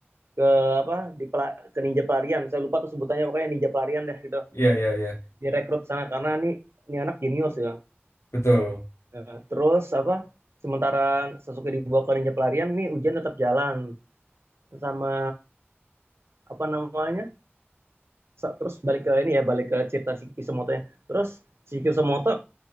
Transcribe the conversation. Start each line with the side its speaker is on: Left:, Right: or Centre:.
Right: ke apa di pela- ke ninja pelarian. Saya lupa tuh sebutannya pokoknya ninja pelarian deh gitu.
Left: iya iya iya
Right: Direkrut sana karena nih ini anak jenius ya.
Left: Betul.
Right: Nah, terus apa sementara Sasuke dibawa ke ninja pelarian nih ujian tetap jalan sama apa namanya terus balik ke ini ya balik ke cerita si Kisumoto-nya terus si Kisumoto